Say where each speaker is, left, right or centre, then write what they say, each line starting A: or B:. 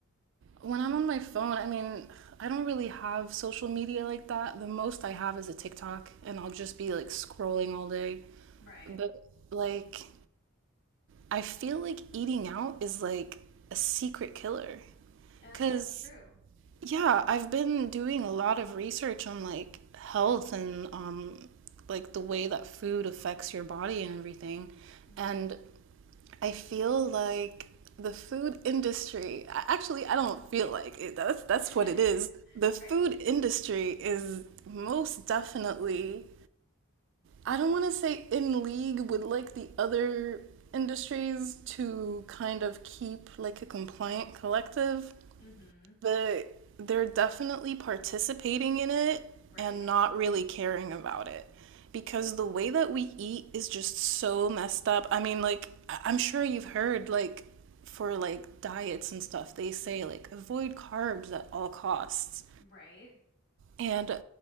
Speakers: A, on the right; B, on the left.
A: when I'm on my phone, I mean, I don't really have social media like that. The most I have is a TikTok, and I'll just be like scrolling all day.
B: Right.
A: But like I feel like eating out is like a secret killer.
B: Yeah,
A: Because,
B: that's true.
A: yeah, I've been doing a lot of research on like health and um, like the way that food affects your body and everything.
B: hmm
A: And I feel like the food industry, I- actually, I don't feel like it. That's, that's
B: <laughs>
A: what it is. The food
B: Right.
A: industry is most definitely I don't want to say in league with like the other industries to kind of keep like a compliant collective,
B: hmm
A: but they're definitely participating in it
B: Right.
A: and not really caring about it because the way that we eat is just so messed up. I mean, like I- am sure you've heard like for like diets and stuff, they say like avoid carbs at all costs.
B: Right.
A: And